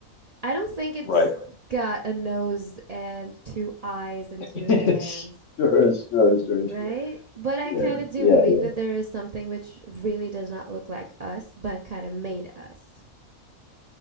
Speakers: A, on the right (about 60°); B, on the left (about 60°).
A: I don't think it's
B: right.
A: got a nose and two eyes and
B: <laughs>
A: two hands.
B: Sure, sure, sure,
A: Right?
B: sure.
A: But I
B: Yeah,
A: kind of do
B: yeah,
A: believe
B: yeah.
A: that there is something which really does not look like us, but kind of made us.